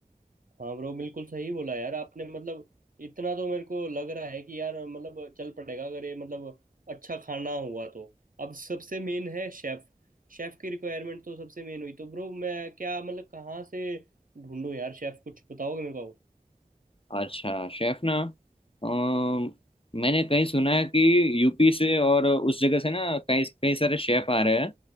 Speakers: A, on the right; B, on the left.
A: हाँ ब्रो बिल्कुल सही बोला यार आपने मतलब इतना तो मेरे को लग रहा है कि यार मतलब चल पड़ेगा अगर ये मतलब अच्छा खाना हुआ तो अब सबसे मेन है शेफ शेफ की रिक्वायरमेंट तो सबसे मेन हुई तो ब्रो मैं क्या मतलब कहाँ से ढूंढूं यार शेफ कुछ बताओगे मेरे को
B: अच्छा शेफ ना अम, मैंने कहीं सुना है कि यूपी से और उस जगह से ना कई कई सारे शेफ आ रहे हैं